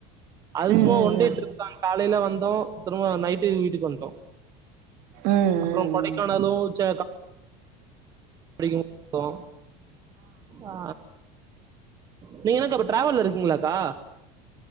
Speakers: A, on the right; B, on the right.
A: அது
B: ம்
A: சும்மா
B: ம்
A: ஒண்டே
B: ம்
A: ட்ரிப் தா காலைல வந்தோ திரும்ப நைட்டு வீட்டுக்கு வன்ட்டோ
B: ம் ம்
A: அப்றம் கொடைக்கானாலு
B: ம்
A: சா <unintelligible> <unintelligible> ஆ நீங்க என்னக்கா இப்ப டிராவல்ல இருக்கீங்ளாக்கா